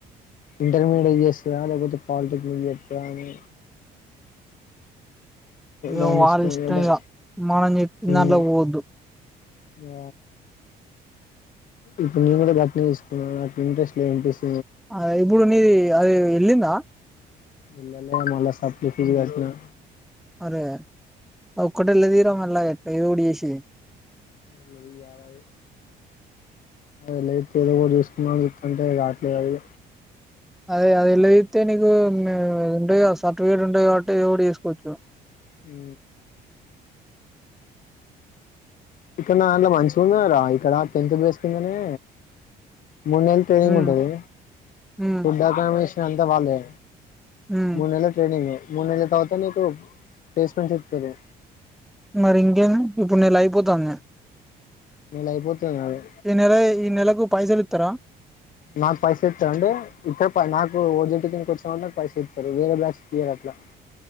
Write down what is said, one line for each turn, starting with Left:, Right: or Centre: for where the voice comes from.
Left: ఇంటర్మీడియట్ చేస్తుందా లేకపోతే పాలిటెక్య స్వామి
Centre: ఇగ
Left: దాని
Centre: వాల్లిష్టం
Left: ఇష్టం కదా
Centre: ఇగ మనం చెప్పిన
Left: మ్మ్
Centre: దాంట్లకు పోవొద్దు
Left: ఆ ఇప్పుడు నేను కూడా గట్నే తిసుకున్నా నాకు ఇంట్రెస్ట్ లేంపీస్
Centre: అ ఇప్పుడు నీది అది ఎలిందా
Left: ఎల్లాలే మళ్ళ సాప్లి ఫిజ్ గట్నా
Centre: అరే ఒక్కతెల్లతియ్ రా మళ్ళ గట్నే ఏదోటి చేసి
Left: ఏళ్ళేది కాదు అది నువ్ ఎల్లత్తితే ఏదోఒకటి చూసుకుందాం అని చు అంటే రావట్లేదు అది
Centre: అదే అది ఎలాతితే నీకు ఆ ఏ ఉంటది గా సర్టిఫికేట్ ఉంటది కాబట్టి ఇదో ఒకటి చేసుకోవచ్చు
Left: హు ఇక్కడ నా దాంట్ల మంచిగున్నదిరా ఇక్కడ టెన్త్ బేసుకిందనే మూన్నెళ్ళు ట్రైనింగ్
Centre: ఉమ్
Left: ఉంటది
Centre: ఉమ్
Left: ఫుడ్ అకమ్ అంత వాళ్లదే
Centre: ఉమ్
Left: మూడు నెల్లు ట్రైనింగ్ మూడు నేళ్ల తరువాత నికు ప్లేస్మెంట్ ఇత్తరు
Centre: మరి ఇంకేంది ఇప్పుడు నెలయి పోతాంది
Left: నెల అయిపోతుంది నాది
Centre: ఈ నెల ఈ నెలకు పైసలు ఇత్తారా
Left: నాకు పైస ఇత్తరు అంటే ఇక్కడ ప నాకు ఓ జిడ్ కిందికి వస్తావంటే నాకు పైస ఇత్తరు వేరే బ్యాచ్ కీయ్యరట్లా